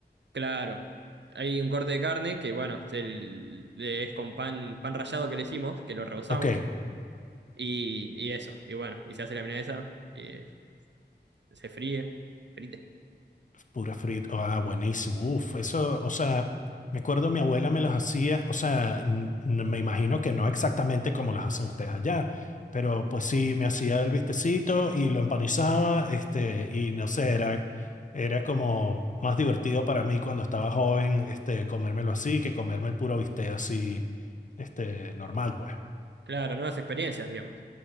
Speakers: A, on the right (about 80°); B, on the left (about 45°).
A: claro. Hay un corte de carne que, bueno, es, el- es con pan, pan rallado que le hicimos, que lo rebozamos.
B: Ok.
A: Y, y eso. Y bueno, y se hace la milanesa, que se fríe. Frite.
B: Pura frita. Ah, buenísimo. Uf, eso, o sea, me acuerdo mi abuela me los hacía, o sea, n- n- me imagino que no exactamente como los hacen ustedes allá, pero pues sí, me hacía el vistecito y lo empanizaba, este, y no sé, era, era como más divertido para mí cuando estaba joven, este, comérmelo así que comerme el puro bistec así, este, normal, pues.
A: Claro, nuevas experiencias, digamos.